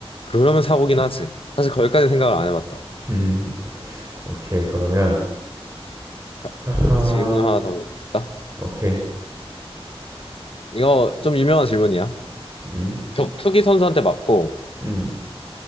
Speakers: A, on the left (about 60°); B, on the right (about 30°).
A: 그러면 사고긴 하지. 사실 거기까지 생각을 안 해봤다.
B: <laughs> 음, 오케이, 그러면,
A: 자,
B: 하하,
A: 질문 하나 더 줄까?
B: 오케이.
A: 이거 좀 유명한 질문이야.
B: 음,
A: 격투기 선수한테 맞고,
B: 음,